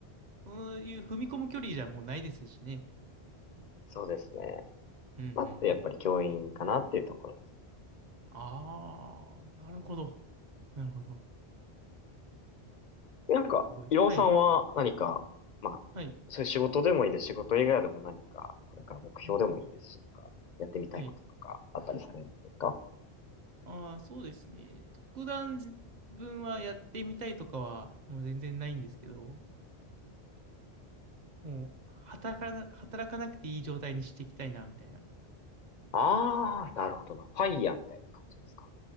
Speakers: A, on the right (about 45°); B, on the left (about 50°).
A: そういう踏み込む距離じゃもうないですしね。
B: そうですね。
A: うん、うん、
B: まあ、ってやっぱり教員かなっていうところです。
A: うん。ああ、なるほど。なるほど。
B: なんか、
A: すごい。
B: 伊郎さんは何か、
A: はい、
B: まあ、
A: はい、
B: そういう仕事でもいいです。仕事以外でも何か、これから目標でもいいですし、
A: はい。
B: なんか、やってみたいこととか、
A: はい
B: あったりされるんですか
A: ああー、そうですね。特段自分はやってみたいとかはもう全然ないんですけど、もう働かな、働かなくていい状態にしていきたいな、みたいな。
B: ああー、なるほどな。ファイヤーみたいな感じですか。